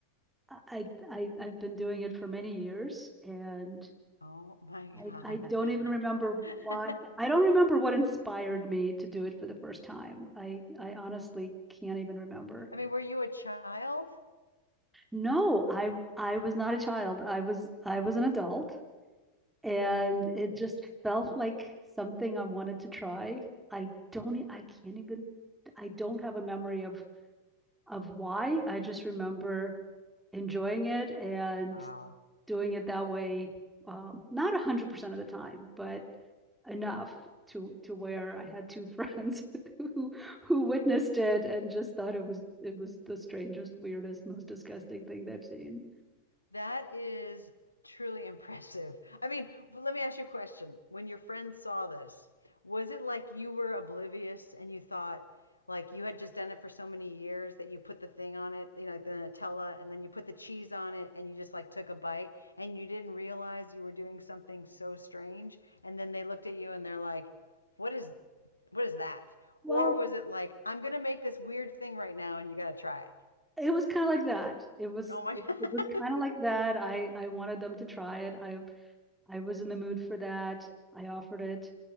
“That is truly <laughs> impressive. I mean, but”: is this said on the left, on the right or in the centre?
Left